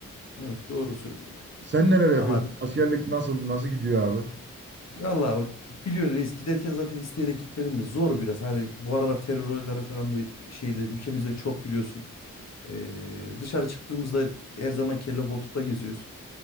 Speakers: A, on the left (about 50°); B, on the right (about 35°).
A: Evet doğru söylüyorsun ya.
B: Sen neler yapıyorsun?
A: Vallahi
B: Askerlik nasıl nasıl gidiyor abi?
A: vallahi o- biliyorsun reis giderken zaten isteyerek gitmedim de zor biraz. Hani bu aralar terör olayları falan da şeyde ülkemizde çok biliyorsun. Ee, dışarı çıktığımızda her zaman kelle koltukta geziyoruz.